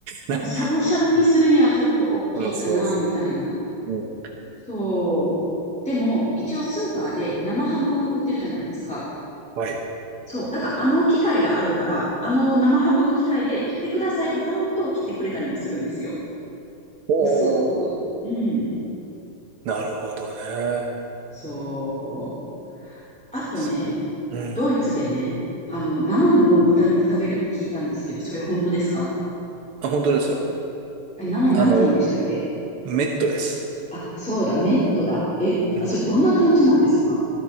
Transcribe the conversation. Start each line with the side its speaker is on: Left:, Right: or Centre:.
Centre: だからしゃぶしゃぶにするにはちょっと大きいかな、
Right: な <laughs> そうそうそ
Centre: みたいな。
Right: う。うん。
Centre: そう。でも、一応スーパーで生ハム売ってるじゃないですか。
Right: はい。
Centre: そう。だからあの機械があるから、あの生ハムの機械で切ってくださいって頼むと切ってくれたりもするんですよ。
Right: おー。
Centre: 薄く。うん。
Right: なるほどね。
Centre: そう。あとね、
Right: そう。うん。
Centre: ドイツでね、あの、生の豚肉食べるって聞いたんですけど、それ本当ですか
Right: あ、本当ですよ。
Centre: あれ、名前なんて言うんでしたっけ
Right: あの、メットです。
Centre: あ、そうだ、メットだ。え、
Right: うん。
Centre: あ、それどんな感じなんですか